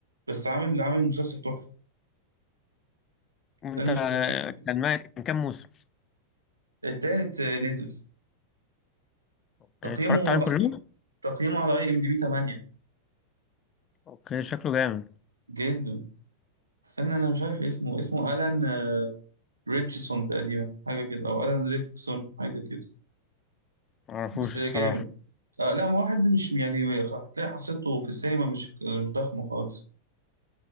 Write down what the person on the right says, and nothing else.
بس عامل عامل مسلسل تحفه
استنى اشوف لك اسمه ايه
التالت آه، نزل
تقييمه
اصلا
تقييمه على اي ام دي بي 8
جدا استنى انا مش عارف اسمه اسمه الان آه، ريتشسون تقريبا حاجه كده او الان ريتشسون حاجه كده
بس جامد
آه لا ما هو حد مش يعني هتلاقي حصيلته في السينما مش مش ضخمه خالص